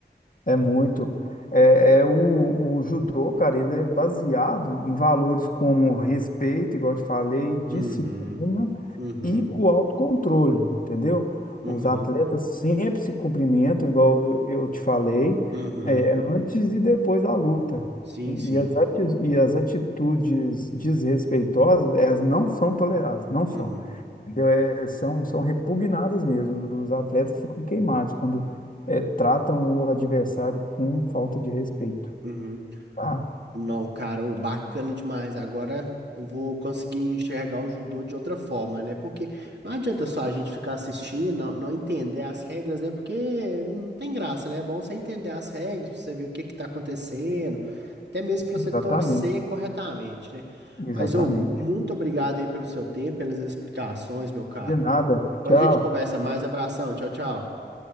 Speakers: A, on the left; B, on the right.
A: É muito. É, é o, o judô, cara, ele é baseado em valores como respeito, igual eu te falei, disciplina
B: Uhum, uhum,
A: e o autocontrole, entendeu?
B: uhum,
A: Os atletas sempre se cumprimentam, igual eu, eu te falei,
B: uhum.
A: é, antes e depois da luta.
B: Sim,
A: E,
B: sim.
A: e as ati- e as atitudes desrespeitosas, elas não são toleradas, não são.
B: Uhum,
A: Entendeu? É, são, são repugnadas mesmo. Os atletas ficam queimados quando é, tratam o adversário com falta de respeito.
B: uhum.
A: Tá?
B: Não, cara, ô, bacana demais. Agora eu vou conseguir enxergar o judô de outra forma, né? Porque não adianta só a gente ficar assistindo, não, não entender as regras, né? Porque não tem graça, né? É bom você entender as regras, pra você ver o que que tá acontecendo, até mesmo pra
A: Exatamente.
B: você torcer corretamente, né?
A: Exatamente.
B: Mas, ô, muito obrigado aí pelo seu tempo, pelas explicações, meu caro.
A: De nada.
B: Depois
A: Tchau.
B: a gente conversa mais. Abração, tchau, tchau.